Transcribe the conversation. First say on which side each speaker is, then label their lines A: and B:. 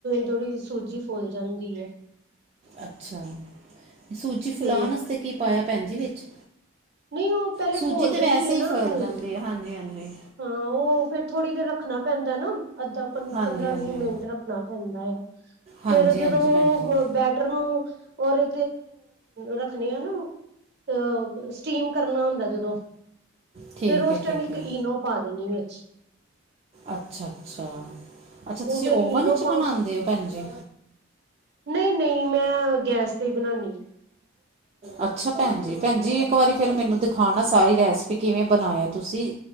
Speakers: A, on the right; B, on the right.
A: ਥੋੜੀ ਸੂਜੀ ਫੁੱਲ ਜਾਂਦੀ ਹੈ।
B: ਅੱਛਾ ਸੂਜੀ ਫੁਲਾਉਣ
A: ਤੇ
B: ਵਾਸਤੇ ਕੀ ਪਾਇਆ ਭੇਣਜੀ ਵਿੱਚ
A: ਨਹੀਂ ਉਹ ਪਹਿਲੇ
B: ਸੂਜੀ
A: ਘੋਲਦੇ
B: ਤੇ ਵੈਸੇ
A: ਨੀ ਏ
B: ਹੀ
A: ਨਾ
B: ਫੈਲ
A: ਹਲਦੀ
B: ਜਾਂਦੀ ਆ ਹਾਂਜੀ ਹਾਂਜੀ
A: ਹਾਂ ਉਹ ਫਿਰ ਥੋੜ੍ਹੀ ਦੇਰ ਰੱਖਣਾ ਪੈਂਦਾ ਨਾ ਅੱਧਾ ਘੰਟਾ
B: ਹਾਂਜੀ
A: ਪੰਦਰਾਂ
B: ਹਾਂਜੀ
A: ਵੀਹ ਮਿਂਟ ਰੱਖਣਾ ਪੈਂਦਾ ਆ
B: ਹਾਂਜੀ
A: ਫਿਰ ਜਦੋਂ
B: ਹਾਂਜੀ
A: ਉਹ
B: ਭੈਣ ਜੀ
A: ਬੈ ਮੇਟਰ ਨੂੰ ਔਰ ਰੱਖਣੀ ਆ ਨੂੰ ਅ ਸਟੀਮ ਕਰਨਾ ਹੁੰਦਾ ਜਦੋਂ
B: ਠੀਕ
A: ਫਿਰ ਉਸ
B: ਹੈ ਠੀਕ
A: ਟਾਈਮ ਇੱਕ
B: ਹੈ
A: ਈਨੋ ਪਾ ਦੇਣੀ ਵਿੱਚ
B: ਅੱਛਾ ਅੱਛਾ ਅੱਛਾ ਤੁਸੀਂ
A: ਉਹ ਫੇਰ
B: ਓਵਨ
A: ਇਨੋ
B: ਵਿਚ
A: ਪਾ
B: ਬਣਾਉਦੇ ਹੋ। ਭੈਣ ਜੀ
A: ਨਹੀਂ ਨਹੀਂ ਮੈਂ ਗੈਸ ਤੇ ਬਣਾਉਣੀ
B: ਅੱਛਾ ਭੈਣ ਜੀ ਭੈਣ ਜੀ ਇੱਕ ਵਾਰੀ ਫਿਰ ਮੈਨੂੰ ਦਿਖਾਣਾ ਸਾਰੀ ਰੈਸਪੀ ਕਿਵੇਂ ਬਣਾਇਆ ਤੁਸੀਂ